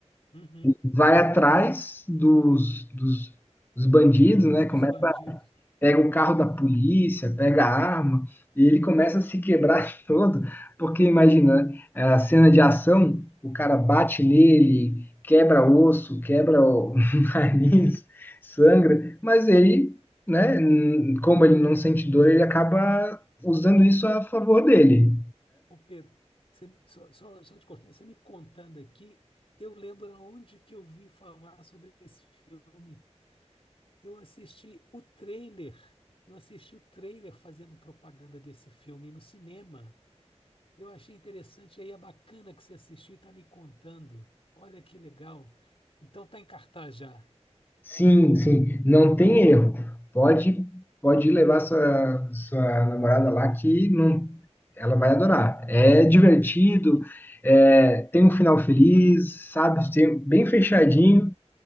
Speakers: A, on the left; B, on the left.
A: Uhum,
B: Vai atrás dos, dos, dos bandidos, né?
A: Dos
B: Começa
A: bandidos.
B: pega o carro da polícia, pega a arma, e ele começa a se quebrar <laughs> todo, porque imagina, né, a cena de ação, o cara bate nele, quebra osso, quebra o <laughs> nariz, sangra, mas ele, né, n- como ele não sente dor, ele acaba usando isso a favor dele.
A: Ô Pedro, você- só, só, só te cortando, você me contando aqui, eu lembro aonde que eu vi falar sobre esse filme. Eu assisti o trailer. Eu assisti o trailer fazendo propaganda desse filme no cinema. Eu achei interessante, aí é bacana que você assistiu e está me contando. Olha que legal. Então tá em cartaz já.
B: Sim, sim, não tem erro. Pode, pode levar sua, sua namorada lá que não, ela vai adorar. É divertido,
A: Que,
B: é, tem um final feliz, sabe? Tem- bem fechadinho,